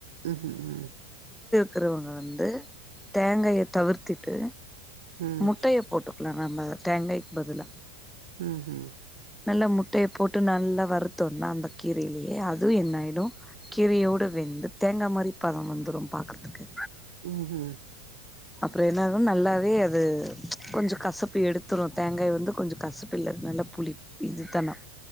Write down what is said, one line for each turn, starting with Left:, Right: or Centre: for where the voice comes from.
Right: ம்
Centre: கிறவங்க வந்து தேங்காயை தவிர்த் திட்டு
Right: ம்
Centre: முட்டைய போட்டுக்கலா நம்ம தேங்காய்க்கு பதிலா
Right: ம் ஹூம்
Centre: நல்லா முட்டைய போட்டு நல்லா வறுத்தோனா அந்த கீரையிலயே அதுவு என்னாயிடு கீரையோடு வெந்து தேங்காய் மாரி பதம் வந்துரும் பாக்கறதுக்கு
Right: ம்ஹும்
Centre: அப்புறோ என்ன ஆகு நல்லாவே அது கொஞ்சோ கசப்பு எடுத்துரு தேங்காய் வந்து கொஞ்சோ கசப்பு இல்ல நல்லா புளி இது தனம்